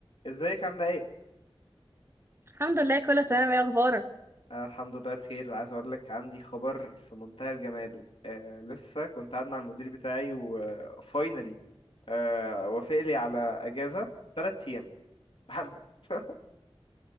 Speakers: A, on the left; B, on the right.
A: ازيك عاملة ايه؟
B: الحمد لله كله تمام ايه اخبارك
A: أنا الحمد لله بخير عايز اقول لك عندي خبر في منتهى الجمال آه لسه كنت قاعد مع المدير بتاعي وفاينلي آه وافق لي على اجازة تلات ايام بحالهم <laughs>